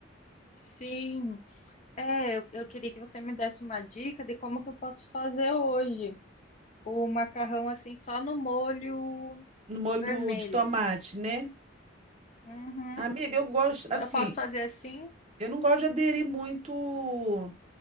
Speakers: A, on the left (about 35°); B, on the right (about 35°).
A: sim. É, eu, eu queria que você me desse uma dica de como que eu posso fazer hoje o macarrão assim só no molho
B: No molho
A: vermelho.
B: de tomate, né?
A: Uhum.
B: Amiga, eu gosto,
A: Eu
B: assim,
A: posso fazer assim?
B: eu não gosto de aderir muito.